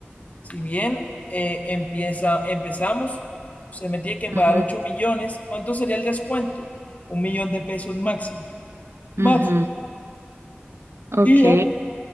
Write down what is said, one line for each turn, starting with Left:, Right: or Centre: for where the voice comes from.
Left: si bien eh, empieza, empezamos, se me tiene que pagar
Right: ujú,
Left: ocho millones, ¿cuánto sería el descuento? Un millón de pesos máximo. Máximo.
Right: ujú, Ok,
Left: Y ya.